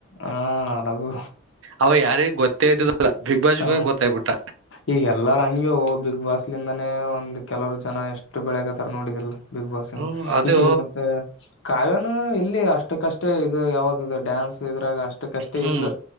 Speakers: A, on the left; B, on the right.
A: ಹಾ ರಘು.
B: ಅವ ಯಾರೀಗು ಗೊತ್ತೇ ಇದ್ದುದಿಲ್ಲ ಬಿಗ್ ಬಾಸ್ಗ
A: ಹ
B: ಹೋಗಿ ಗೊತ್ತಾಗ್ಬಿಟ್ಟ.
A: ಈಗ ಎಲ್ಲರ ಹಂಗೆ ಓ ಬಿಗ್ ಬಾಸ್ಲಿಂದಾನೇ ಒಂದ್ ಕೆಲವರ್ ಜನ ಎಷ್ಟು ಬೆಳ್ಯಕತ್ತಾರ ನೋಡಿದಿಲ್. ಬಿಗ್ ಬಾಸ್
B: ಹ್ಮ್ ಅದು
A: ಈಕೀ ಮತ್ತೆ. ಕಾವ್ಯನು ಇಲ್ಲಿ ಅಷ್ಟಕ್ಕಷ್ಟೇ ಇದು ಯಾವ್ದ ಇದು ಡ್ಯಾನ್ಸ್ ಇದ್ರಾಗ ಅಷ್ಟೆ. ಅಷ್ಟ ಕಷ್ಟ
B: ಹ್ಮ್
A: ಇದ್ಲು